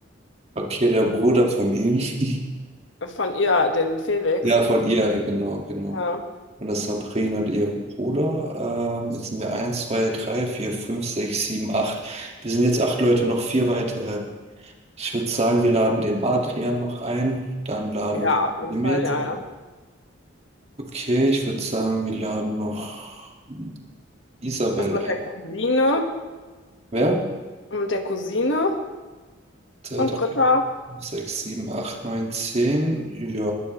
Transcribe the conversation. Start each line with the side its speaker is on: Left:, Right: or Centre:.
Right: Okay, der Bruder von ihm. <laughs>
Left: von ihr, den Felix.
Right: Ja, von ihr, genau, genau.
Left: Ja,
Right: Und das Sabrina und ihr Bruder. Ähm, jetzt sind wir eins, zwei, drei, vier, fünf, sechs, sieben, acht. Wir sind jetzt acht Leute, noch vier weitere. Ich würde sagen, wir laden den Adrian noch ein. Dann laden
Left: ja,
Right: wir
Left: auf jeden
Right: Mehmet.
Left: Fall, ja, ja.
Right: Okay, ich würde sagen, wir laden noch Isabel
Left: Was mit
Right: ein.
Left: der Cousine?
Right: Wer?
Left: Und mit der Cousine
Right: Zwei,
Left: von
Right: drei,
Left: Britta?
Right: vier, fünf, Sechs, sieben, acht, neun, zehn. Ja,